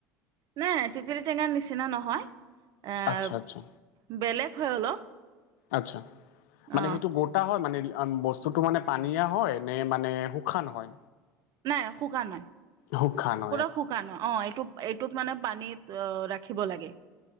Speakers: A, on the right; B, on the left.
A: নাই তেতেলী টেঙাৰ নিচিনা নহয় এ
B: আচ্ছা আচ্ছা
A: বেলেগ হয় অলপ।
B: আচ্ছা মানে
A: অ
B: সেইটো বঔত এটা হয় মানে বস্তুটো মানে পানীয়া হয় নে মানে শুশান হয়।
A: নাই শুকা নাই।
B: শুশান
A: পুৰা শুকান অ এইটো এইটোত মানে পানীত অ ৰাখিব লাগে।